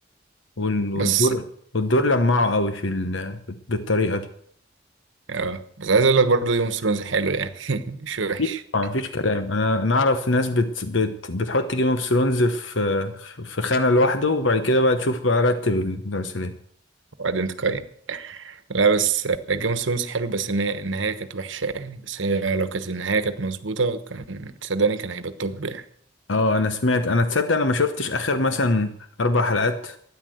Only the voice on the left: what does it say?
وال- والدور
والدور لمعه قوي في ال... بالطريقة دي
أكيد طبعا مفيش كلام انا نعرف ناس بت... بت... بتحط جيم اوف ثرونز في في خانة لوحده وبعد كده بقى تشوف بقى رتب المسلسلات
اه انا سمعت انا تصدق انا ما شفتش اخر مثلا اربع حلقات